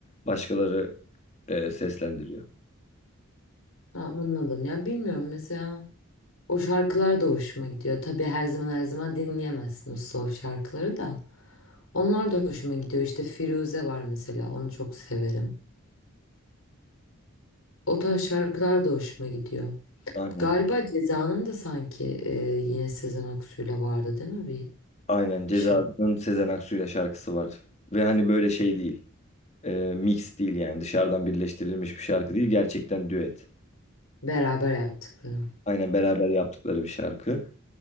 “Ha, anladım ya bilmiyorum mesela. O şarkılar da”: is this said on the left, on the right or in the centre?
Left